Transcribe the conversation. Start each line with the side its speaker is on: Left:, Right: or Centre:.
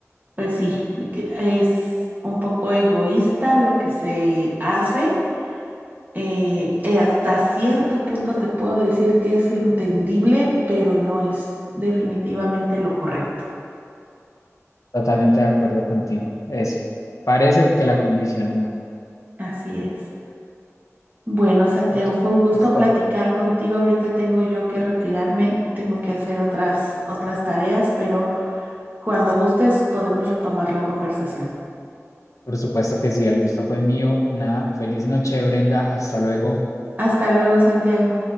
Right: pues sí, que es un poco egoísta lo que se hace. eh, eh, hasta cierto punto te puedo decir que es entendible, pero no es definitivamente lo correcto.
Left: Totalmente de acuerdo contigo. Es, parece que la condición humana.
Right: Así es. Bueno, Santiago,
Left: Oye,
Right: fue
Left: qué
Right: un gusto
Left: gusto.
Right: platicar contigo. Ahorita tengo yo que retirarme, tengo que hacer otras, otras tareas, pero cuando gustes podemos retomar la conversación.
Left: Por supuesto que sí, el gusto fue mío. Una feliz noche, Brenda. Hasta luego.
Right: Hasta luego, Santiago.